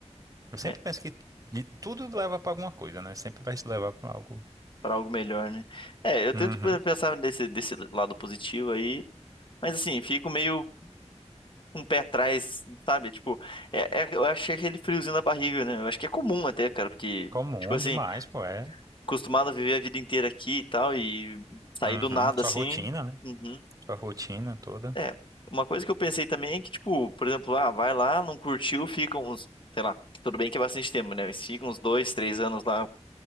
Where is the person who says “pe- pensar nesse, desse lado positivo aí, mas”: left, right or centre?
Left